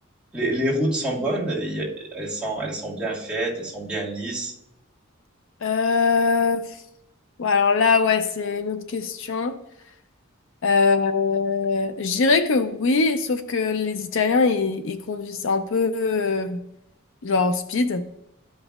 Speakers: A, in the centre; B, on the left (about 65°).
A: les, les routes sont bonnes, il y a- elles sont, elles sont bien faites, elles sont bien lisses.
B: Euh, pff, bon, alors là, ouais, c'est une autre question. Euh, je dirais que oui, sauf que les Italiens, ils, ils conduisent un peu euh, genre speed.